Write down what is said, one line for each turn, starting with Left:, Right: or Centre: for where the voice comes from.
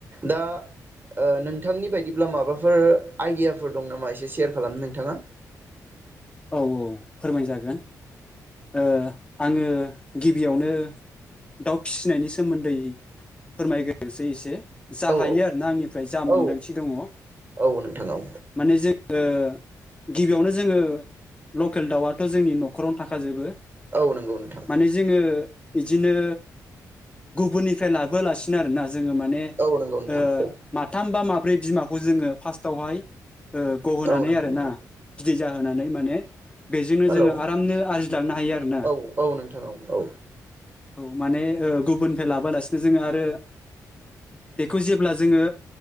Right: दा ओ नोंथांनि बादि ब्ला माबाफोर आइदियाफोर दं नामा एसे सेयार खालामनो नोंथाङा?
Left: औ औ फोरमायजागोन ओ आंङो गिबियावनो दाउ फिसिनायनि सोमोन्दै फोरमायग्रोनोसै एसे। जा
Right: औ
Left: हायो
Right: औ
Left: आरो ना आंनिफ्राय जा
Right: औ
Left: मोनदांथि दङ औ
Right: औ नोंथां औ
Left: माने जोङो गिबियावनो जोङो लकेल दाउआथ' जोंनि न'खरावनो थाखाजोबो।
Right: औ नंगौ नोंथां
Left: माने जोङो इदिनो गुबुननिफ्राय लाबोआलासिनो आरोना जोङो माने
Right: औ नंगौ नोंथां
Left: ओ
Right: औ
Left: माथाम बा मा ब्रै बिमाखौ जोङो फार्स्टआवहाय ओ गहोनानै
Right: औ नंगौ
Left: आरो
Right: नोंथां
Left: ना भिजा होनानै माने <inaudible> बेजोंनो
Right: हेलौ
Left: जोङो आरामनो आरजिलांनो हायो आरो ना।
Right: औ औ नोंथां औ औ
Left: औ माने ओ गुबुननिफ्राय लाबोआलासिनो जोङो आरो बेखौ जेब्ला जोङो